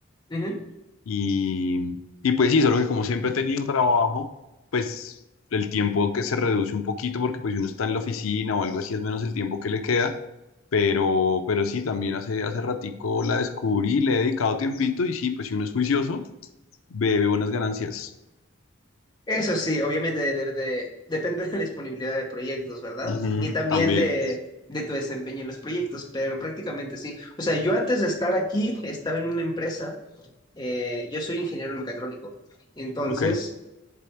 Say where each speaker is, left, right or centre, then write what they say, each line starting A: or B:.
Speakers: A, on the left; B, on the left.
A: ujú.
B: Y, y pues sí, solo que como siempre he tenido trabajo, pues el tiempo que se reduce un poquito porque pues si uno está en la oficina o algo así es menos el tiempo que le queda, pero, pero sí, también hace, hace ratico la descubrí, le he dedicado tiempito y sí, pues si uno es juicioso, ve, ve buenas ganancias.
A: Eso sí, obviamente de- de- de- depende de la disponibilidad de proyectos, ¿verdad?
B: Ujú,
A: Y también
B: también.
A: de, de tu desempeño en los proyectos, pero prácticamente sí. O sea, yo antes de estar aquí estaba en una empresa, eh, yo soy ingeniero mecatrónico, entonces
B: Ok.